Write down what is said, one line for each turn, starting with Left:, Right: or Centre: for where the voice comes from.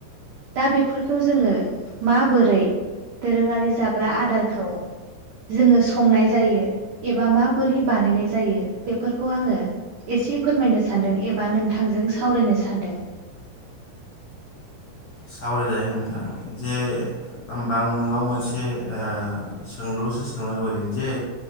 Right: दा बेफोरखौ जोङो माबोरै दोरोङारि जाग्रा आदारखौ जोङो संनाय जायो एबा माबोरै बानायनाय जायो बेफोरखौ आङो एसे फोरमायनो सानदों एबा नोंथांजों सावरायनो सानदों।
Left: सावरायजायो नोंथां जे ओमबाआंनाव मोनसे ओ सोंलुसो सोंनो लुबैदों जे